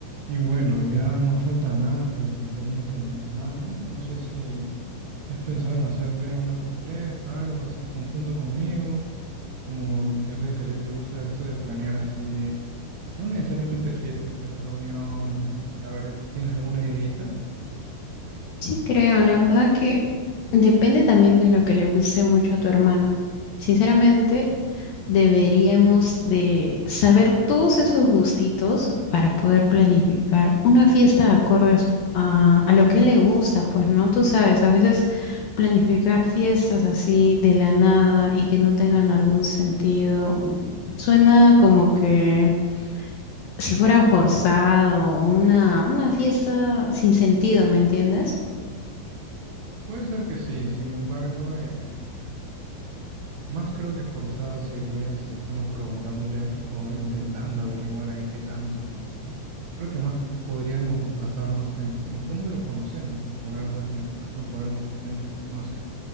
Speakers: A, on the right; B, on the left.
A: Y bueno, ya no falta nada para el cumpleaños de mi hermano. No sé si, si has pensado en hacerle una sorpresa, algo así conjunto conmigo, como yo sé que a ti te gusta esto de planear así, no necesariamente fiestas, pero reuniones, ¿no? A ver, ¿tienes alguna ideita?
B: Sí, creo, la verdad que depende también de lo que le guste mucho a tu hermano. Sinceramente, deberíamos de saber todos esos gustitos para poder planificar una fiesta acorde a, su- a- a lo que le gusta, pues, ¿no? Tú sabes, a veces planificar fiestas así de la nada y que no tengan algún sentido mm, suena como que si fuera forzado o una, una fiesta sin sentido, ¿me entiendes?
A: Puede ser que sí, sin embargo, eh, Más creo que forzado sería si estamos preguntándole o intentando averiguar ahí qué tanto le gusta. Creo que más podríamos basarnos en, en cómo lo conocemos, ¿no? Por algo es mi hermano, por algo tú también lo conoces.